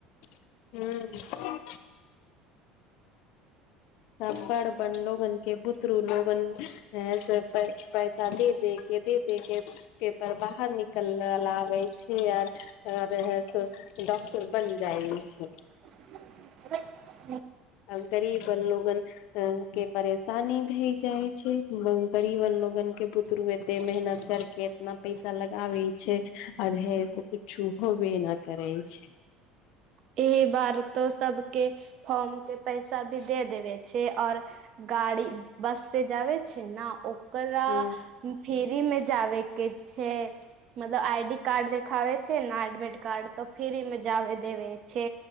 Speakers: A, on the left (about 70°); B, on the right (about 50°).
A: हू आ बड़ बन लोगन के बुतरू लोगन आ से पैसा दे दे के दे दे के पेपर बाहर निकलल लाबे छै आर आ रह तो डॉक्टर बन जाइ छै
B: <unintelligible>
A: आ गरीब लोगन अ के परेशानी भए जाइ छै गरीबन लोगन के पुत्रू एते मेहनत कर के एतना पैसा लगाबे छै आर हे से कुछु होबे केना करै छै
B: एहि बार तो सबके फॉर्म के पैसा भी दे देबे छै और गाड़ी बससे जाबै छै ने ओ ओकरा
A: ह
B: फ्री मे जाबे के छै मतलब आई डी कार्ड देखाबे छै ने एडमिट कार्ड तऽ फ्री मे जाबे देबे छै